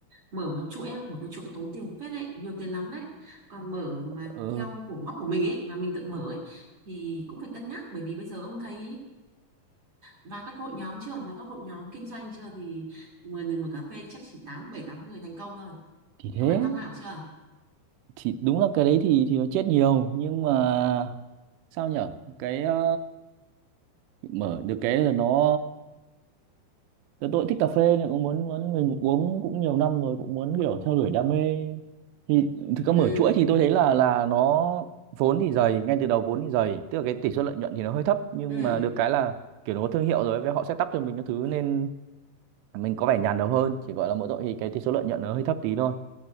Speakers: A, on the right; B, on the right.
A: mở theo chuỗi, á, một cái chuỗi tốn tiền phết đấy, nhiều tiền lắm đấy. Còn mở mà
B: Ờ
A: theo của ngóc của mình ấy, mà mình tự mở ấy, thì cũng phải cân nhắc bởi vì bây giờ ông thấy và các hội nhóm chưa, và các hội nhóm kinh doanh chưa thì 10 người mở cà phê chắc chỉ 8 7 8 người thành công thôi.
B: thì
A: Thì
B: thế
A: ông đã tham khảo chưa?
B: thì đúng là cái đấy thì thì nó chết nhiều nhưng mà sao nhở cái ờ, mở được cái là nó tôi, tôi thích cà phê nên cũng muốn muốn mình cũng uống cũng nhiều năm rồi cũng muốn kiểu theo đuổi đam mê thì thực ra mở
A: Ừ,
B: chuỗi thì tôi thấy là là nó vốn thì dày ngay từ đầu vốn thì dày tức là cái tỷ suất lợi nhuận thì nó hơi thấp nhưng
A: ừ,
B: mà được cái là kiểu nó có thương hiệu rồi với họ setup cho mình các thứ nên mình có vẻ nhàn đầu hơn chỉ gọi là mỗi tội thì cái tỷ số lợi nhuận nó hơi thấp tí thôi